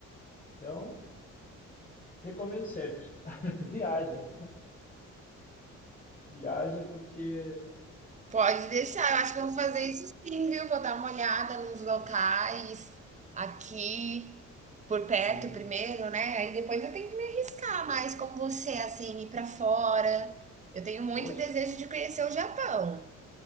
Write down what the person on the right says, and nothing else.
Pode deixar, eu acho que eu vou fazer isso sim, viu? Vou dar uma olhada nos locais aqui por perto
primeiro, né? Aí depois eu tenho que me arriscar mais como você, assim, ir pra fora. Eu tenho muito
desejo de conhecer o Japão,